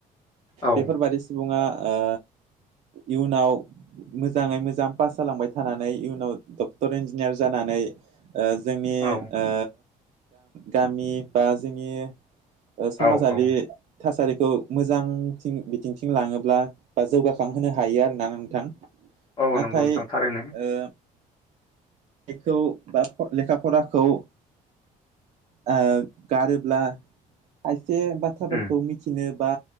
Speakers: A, on the left (about 30°); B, on the right (about 55°).
A: औ
B: बेफोरबायाददि सुबुङा ओ इयुनाव मोजाङै मोजां पास जालांबाय थानानै इयुनाव डक्टर इन्जिनियार जानानै ओ जोंनि
A: औ
B: ओ गामि बा जोंनि ओ समाजारि
A: औ औ
B: थासारिखौ मोजांथिं बिथिंथिं लाङोब्ला बा जौगाखांहोनो हायो आरोना नोंथां।
A: औ
B: नाथाय
A: नंगौ नोंथां थारैनो
B: ओ खौ बा लेखा फराखौ ओ गारोब्ला खायसे बा बाथ्राफोरखौ
A: उम
B: मिथिनो बा